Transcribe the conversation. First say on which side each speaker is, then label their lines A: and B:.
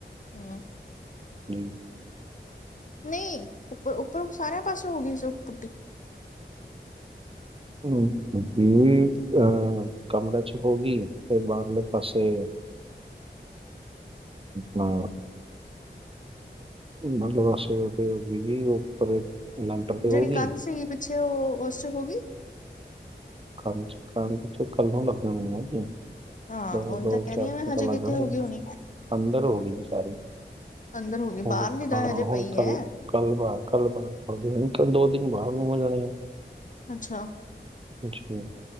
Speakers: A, on the left; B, on the right.
A: ਹਾ।
B: ਹੀ
A: ਨਹੀਂ ਉੱਪਰ ਉੱਪਰ ਸਾਰਿਆਂ ਪਾਸੇ ਹੋ ਗਈ ਪੁੱਟੀ।
B: ਹੂ ਠੀਕ ਆ ਕਮਰੇ ਚੋ ਹੋ, ਗੇ ਤੇ ਬਾਹਰਲੇ ਪਾਸੇ ਹਾਂ। ਮਲਵਾਸੇ ਉਹਦੇ ਹੋ‍ਗਿਆ ਜੀ ਉੱਪਰ। ਲੈਂਟਰ ਤੇ
A: ਜਿਹੜੀ
B: ਹੋ ਗਈ
A: ਕੰਧ ਸੀਗੀ ਪਿੱਛੇ ਉਹ ਉਸ ਚ, ਹੋ ਗਈ
B: ਕੰਧ, ਕੰਧ 'ਚ ਇਕੱਲਾ ਲੱਗਣ ਨਾ ਜੀ
A: ਹਾਂ
B: ਦੋ,
A: ਉਹੀ
B: ਦੋ
A: ਤਾਂ ਕਹਿ
B: ਚਾਰ
A: ਰਹੀ ਹਾਂ
B: ਦਿ
A: ਮੈਂ ਹਜੇ
B: ਤਾਂ ਲੱਗਣਾ
A: ਕਿੱਥੇ ਹੋ
B: ਸੀ
A: ਗਈ ਹੋਣੀ
B: ਅੰਦਰ ਹੋ ਗਈ ਜੀ ਸਾਰੀ,
A: ਅੰਦਰ ਹੋ ਗਈ
B: ਹੁਣ
A: ਬਾਹਰਲੀ
B: ਖਾਣਾ
A: ਤਾਂ ਹਜੇ
B: ਹੁਣ
A: ਪਈ
B: ਕੱਲ,
A: ਹੈ
B: ਕੱਲ ਬਾਗ- ਗੱਲ ਬਾਹਾਰ ਤਾਂ ਦੋ ਦਿਨ ਬਾਹਰ ਨੂੰ ਹੋ ਜਾਣੇ ਆ।
A: ਅੱਛਾ
B: ਅੱਛਾ